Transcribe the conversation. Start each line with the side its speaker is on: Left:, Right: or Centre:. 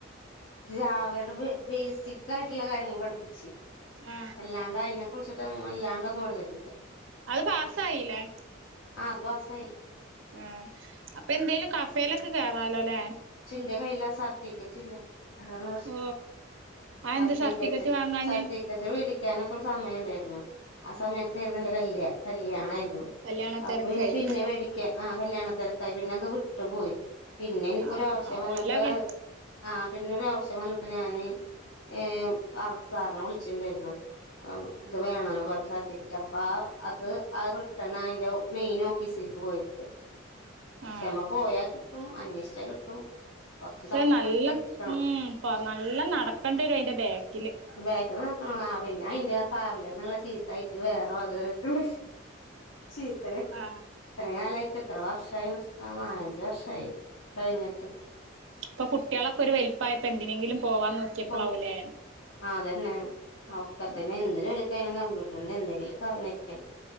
Left: ജാവേടെ ബേ ബേസി ക്ക് ആയിട്ട്ള്ള കാര്യങ്ങൾ പഠിപ്പിച്ച്
Right: ആ
Left: അല്ലാണ്ട് അയിനെ കുറിച്ചിട്ട് വല്ലാണ്ടൊന്നും പഠിച്ചിട്ടില്ല
Right: അത് പാസ്സായില്ലേ
Left: ആ അത് പാസ്സായി
Right: ആ അപ്പ എന്തേലും കഫെലൊക്കെ കേറാലോ ലെ
Left: ഇന്റെ കയ്യിൽ ആ സർട്ടിഫിക്കറ്റില്ല അതാണ് പ്രശ്നം
Right: ഓ അതെന്താ
Left: സർട്ടിഫിക്കറ്റ്
Right: വാങ്ങാഞ്ഞേ
Left: സർട്ടിഫിക്കറ്റ് മേടിക്കാനൊക്കെ ഒരു സമയം ഇണ്ടായിര്ന്ന് ആ സമയത്തായിരുന്നു ഇന്റെ കല്യാ കല്യാണായിരുന്നു
Right: കല്യാണ
Left: അപ്പൊ
Right: തിരക്കായി
Left: പിന്നെ പിന്നെ വേടിക്ക ആ കല്യാണ തെരക്കായി പിന്നെ അത് വിട്ടു പോയി പിന്നെ എനിക്കൊരാവശ്യം
Right: ആ
Left: വന്നപ്പോ
Right: ഓലെ കൈ
Left: ആ പിന്നൊരു ആവശ്യം വന്ന അപ്പ ഞാന് എ അവ്ട്ത്തെ സാറിനെ വിളിച്ചി ഇണ്ടായിരുന്നു ആ ഇത് വേണൊന്ന് പർഞ്ഞ് സർ ഫിക്കറ്റ് അപ്പ അത് അയ് റിട്ടണായി അയിൻ്റെ മെയിൻ ഓഫീസേക്ക് പോയിരിക്കാ
Right: ആ
Left: ക്ഷേ അമ്മ പോയാൽ കിട്ടും അന്വേഷിച്ചാ കിട്ടും കൊറച്ച്
Right: പക്ഷെ
Left: തപ്പിപിട്ത്ത്
Right: നല്ല
Left: ഇട്ക്കണം
Right: ഉം കൊറ നല്ല നടക്കണ്ടി വരും അയിന്റെ ബാക്കില്
Left: ബേക്കിന്ന് ആ പിന്നെ അയിന്റെ ആ സാറിന്റെന്ന് ഇള്ള ചീത്തായിട്ട് വേറെ വക കേ <unintelligible> ചീത്ത കേക്ക്
Right: ആ
Left: ഇത്രീം കാലയിട്ട് എത്ര വർഷായിന്ന് വെച്ചിട്ടാ നാലഞ്ച് വർഷായി കഴിഞ്ഞിട്ട്
Right: ഇപ്പ കുട്ടാളൊക്കെ ഒര് വെൽപ്പായപ്പം എന്തിനെങ്കിലും പോവാൻ നോക്കിയപ്പോളാവൂലേ
Left: ഓ അതന്നെ ഒക്കത്തി
Right: ഉം
Left: എന്ത് ജോലിക്കായാലും ക ട്ടണ്ട് എന്തെങ്കിലും പറഞ്ഞിരിക്കണം